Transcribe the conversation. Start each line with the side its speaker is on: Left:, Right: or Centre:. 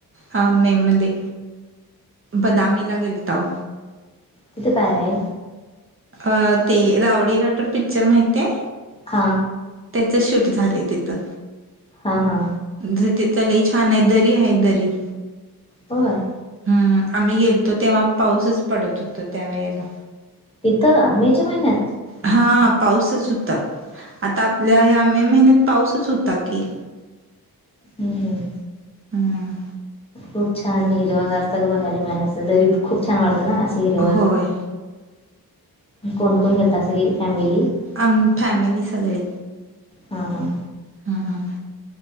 Right: अ मे मध्ये. बदामीला गेलताओ.
Left: तिथे काय आहे?
Right: अ ते रावडी राठोर पिक्चर माहितीये?
Left: हा.
Right: त्याचं शूट झाले तिथं.
Left: हा हा.
Right: त तीथ लई छाने. दरी हाये दरी.
Left: होय?
Right: हम्म आम्ही गेलतो तेव्हा पाऊसच पडत होतो. त्या वेळेला.
Left: तीथं मेच्या महिन्यात.
Right: हा पाऊसच होता. आता आपल्या ह्या मे महिन्यात पाऊसच होता की.
Left: हम्म हम्म.
Right: हम्म.
Left: खूप छान हिरव गार सर्व बघायला मिळाणार असल. दरीत खूप छान वाटतं ना अस हिरव.
Right: होय
Left: कोण कोण गेलता? सगळी फॅमिली?
Right: आम फॅमिली सगळी.
Left: हा हा.
Right: हम्म